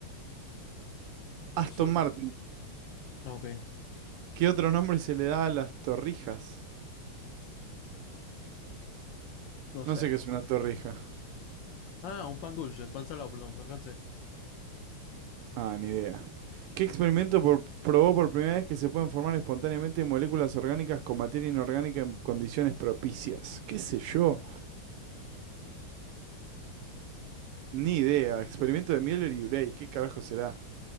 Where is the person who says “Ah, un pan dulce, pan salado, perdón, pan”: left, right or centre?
Left